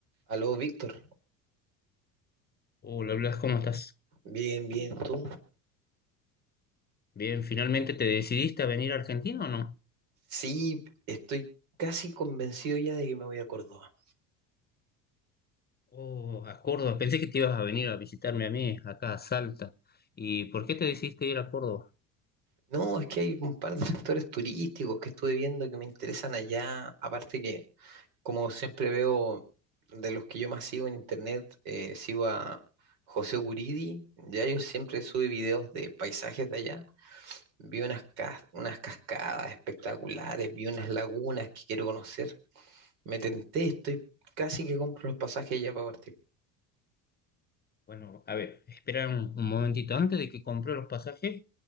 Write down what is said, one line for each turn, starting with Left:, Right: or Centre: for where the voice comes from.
Right: Aló, Víctor.
Left: Hola Blas, ¿cómo estás?
Right: Bien, bien, ¿tú?
Left: Bien, ¿finalmente te decidiste a venir a Argentina o no?
Right: Sí, estoy casi convencido ya de que me voy a Córdoba.
Left: Oh, a Córdoba, pensé que te ibas a venir a visitarme a mí, acá a Salta. ¿Y por qué te decidiste ir a Córdoba?
Right: No, es que hay un par de sectores turísticos que estuve viendo que me interesan allá. Aparte que, como siempre veo, de los que yo más sigo en internet, eh, sigo a José Guridi. Ya yo siempre sube videos de paisajes de allá. Vi unas, cas- unas cascadas espectaculares, vi unas lagunas que quiero conocer. Me tenté, estoy casi que compro los pasajes ya para partir.
Left: Bueno, a ver, espera un, un momentito antes de que compré los pasajes.